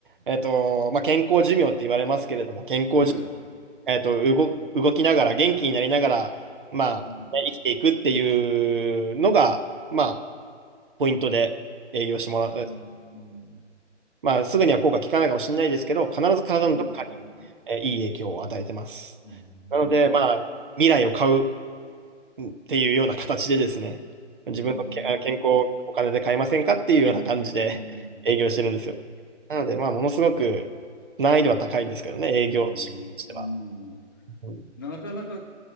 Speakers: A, on the right; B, on the left.
A: えっと、まあ、健康寿命って言われますけれども、健康寿
B: ええ。
A: 命、えっと、動、動きながら、元気になりながら、まあ、
B: うん、
A: ね生きていくっていうのが、まあ、ポイントで営業してもらう。
B: うん、うん、
A: まあ、すぐには効果効かないかもしれないですけど、必ず体のどっかに、
B: うん、うん、
A: えーいい影響を与えてます。
B: うん、
A: なので、まあ、未来を買うっていうような形でですね、自分のけあ健康をお金で買えませんかっていうような感じで
B: うん、うん、
A: <laughs> 営業してるんですよ。なので、まあ、ものすごく難易度は高いんですけどね、営業の仕事としては。
B: うん、うん。
A: うん
B: なかなか